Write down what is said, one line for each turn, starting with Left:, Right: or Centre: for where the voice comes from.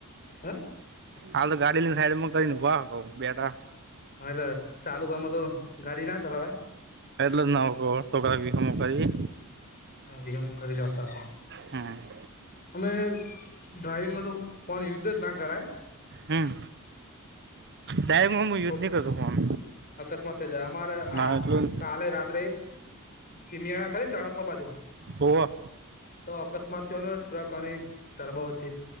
Left: હ
Right: હા તો ગાડીની સાઈડમાં કરીને વા કઉ બેટા
Left: હાલો ચાલુ કામ તો ગાડી ના ચલાવાય
Right: એટલે જ ના કર તોકરા વિખમો કરી
Left: હ વિહ મુુ ઘર જાતા હું.
Right: હમ.
Left: અમે ડ્રાઈવંગમાં તો ફોન યુઝ જ ના કરાય
Right: હમ દાયકમાં હું યુજ
Left: કોક
Right: નહી કરતો ફોન
Left: અકસ્માત થઈ જાય અમારે
Right: ના
Left: આ
Right: એટલું
Left: કાલે રાત્રે ખીમિયાણા ખરી ને ચાણસમાં બાજુ
Right: હોવ
Left: તો અકસ્માત થયો ને ટ્રક અને ટરબો વચ્ચે